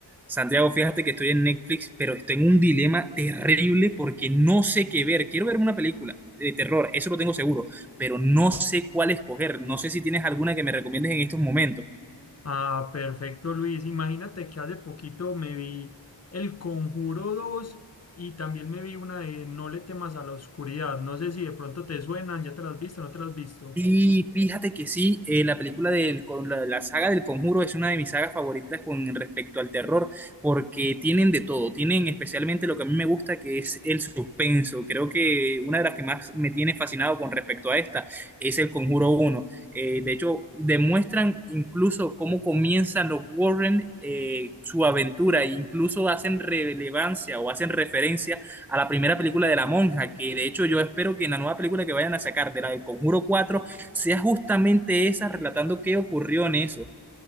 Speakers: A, in the centre; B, on the left (about 35°).
A: Santiago, fíjate que estoy en Netflix, pero estoy en un dilema terrible porque no sé qué ver. Quiero ver una película de terror, eso lo tengo seguro, pero no sé cuál escoger. No sé si tienes alguna que me recomiendes en estos momentos.
B: Ah, perfecto, Luis. Imagínate que hace poquito me vi El Conjuro dos y también me vi una de No le temas a la oscuridad. No sé si de pronto te suenan, ya te las has visto, no te las has visto.
A: Y fíjate que sí, eh, la película del, con la, la saga del Conjuro es una de mis sagas favoritas con respecto al terror, porque tienen de todo, tienen especialmente lo que a mí me gusta, que es el suspenso. Creo que una de las que más me tiene fascinado con respecto a esta es el Conjuro uno Eh, de hecho, demuestran incluso cómo comienzan los Warren eh, su aventura, e incluso hacen relevancia o hacen referencia a la primera película de La Monja, que de hecho yo espero que en la nueva película que vayan a sacar de la del Conjuro cuatro sea justamente esa relatando qué ocurrió en eso.